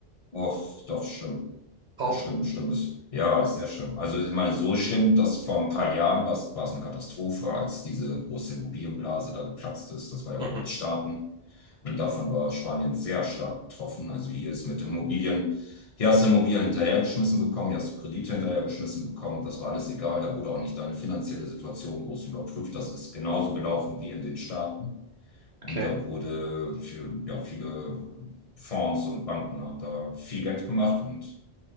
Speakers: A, on the left; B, on the right.
A: och, doch, schlimm.
B: Auch?
A: Ja, schlimm, schlimm ist. Ja, ist sehr schlimm. Also, ich meine, so schlimm, dass vor ein paar Jahren war es war es eine Katastrophe, als diese große Immobilienblase da geplatzt ist. Das war ja
B: Mhm.
A: auch in den Staaten. Und davon war Spanien sehr stark betroffen. Also hier ist mit Immobilien, hier hast du Immobilien hinterhergeschmissen bekommen, hier hast du Kredite hinterhergeschmissen bekommen. Das war alles egal. Da wurde auch nicht deine finanzielle Situation groß überprüft. Das ist genauso gelaufen wie in den Staaten. Und
B: Okay.
A: da wurde für, ja, viele Fonds und Banken haben da viel Geld gemacht und